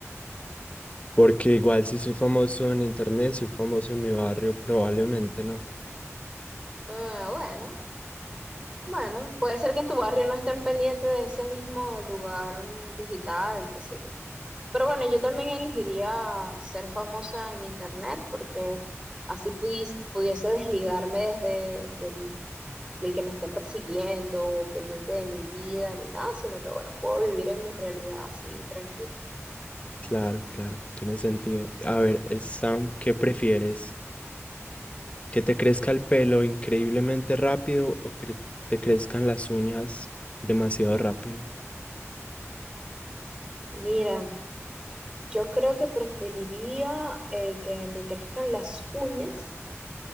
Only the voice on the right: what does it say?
Ah, bueno, Bueno, puede ser que en tu barrio no estén pendientes de ese mismo lugar mm, digital, qué sé yo. Pero bueno, yo también elegiría ser famosa en internet porque así pudis- pudiese desligarme desde del, del que me estén persiguiendo o pendiente de mi vida ni nada, sino que bueno, puedo vivir en mi realidad así tranquila.
Mira, yo creo que preferiría eh, que me crezcan las uñas